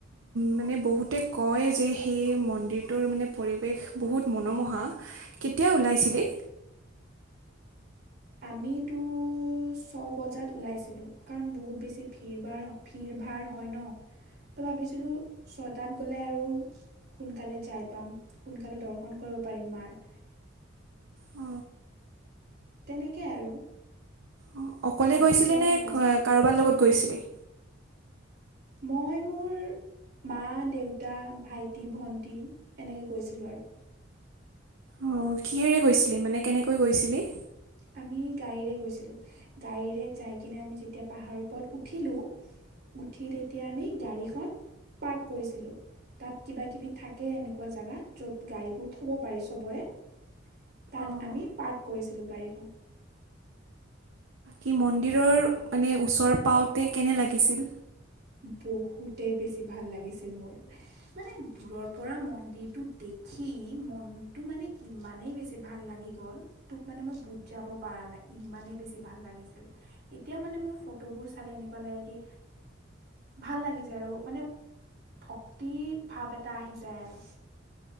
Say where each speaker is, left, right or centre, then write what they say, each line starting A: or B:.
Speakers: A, on the right; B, on the right.
A: মানে বহুতে কয় যে সেই মন্দিৰটোৰ মানে পৰিৱেশ বহুত মনোমোহা। কেতিয়া ওলাইছিলি?
B: আমিতো ছ বজাত ওলাইছিলোঁ কাৰণ বহুত বেছি ভিৰ ভাৰ ভিৰ ভাৰ হয় ন তো ভাবিছিলোঁ ছয়টাত গ'লে আৰু সোনকালে যাই পাম সোনকালে দৰ্শন কৰিব পাৰিম মাৰ।
A: অ
B: তেনেকে আৰু
A: অঁ, অকলে
B: ৰাতিপুৱাই
A: গৈছিলে নে
B: ওলাইছিলোঁ
A: কাৰোবাৰ লগত গৈছিলি?
B: মই মোৰ মা দেউতা ভাইটি ভণ্টি এনেকে গৈছিলোঁ আৰু।
A: অঁ কিহেৰে গৈছিলি মানে, কেনেকৈ গৈছিলি?
B: আমি গাড়ীৰে গৈছিলোঁ, গাড়ীৰে যাই কিনে আমি যেতিয়া পাহাৰৰ ওপৰত উঠিলোঁ উঠি তেতিয়া আমি গাড়ীখন পাৰ্ক কৰিছিলোঁ। তাত কিবা কিবি থাকে এনেকুৱা জেগা য'ত গাড়ীবোৰ থ'ব পাৰি চবৰে তাত
A: অঁ
B: আমি পাৰ্ক কৰিছিলোঁ গাড়ী।
A: কি মন্দিৰৰ মানে ওচৰ পাওঁতে কেনে লাগিছিল?
B: বহুতেই বেছি ভাল লাগিছিল মোৰ। মানে দূৰৰ পৰা মন্দিৰটো দেখি মনটো মানে ইমানেই বেছি বেছি ভাল লাগি গ'ল, তোক মানে মই বুজাব পৰা নাই ইমানেই বেছি ভাল লাগিছিল। এতিয়া মানে মোৰ ফটোবোৰ চালে এনেকুৱা লাগে কি ভাল লাগি যায় আৰু মানে ভক্তি ভাৱ এটা আহি যায় আৰু।